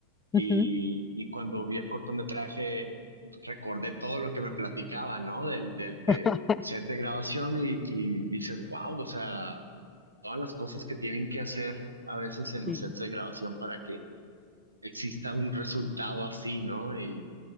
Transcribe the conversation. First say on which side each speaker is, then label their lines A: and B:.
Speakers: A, on the right; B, on the left.
A: y,
B: Ujú.
A: y cuando vi el cortometraje recordé todo lo que me platicaba, ¿no? Del, del, del
B: <laughs>
A: set de grabación y, y dices, wow, o sea, todas las cosas que tienen que hacer a veces en los
B: Sí,
A: sets de grabación para que exista un resultado así, ¿no? Y,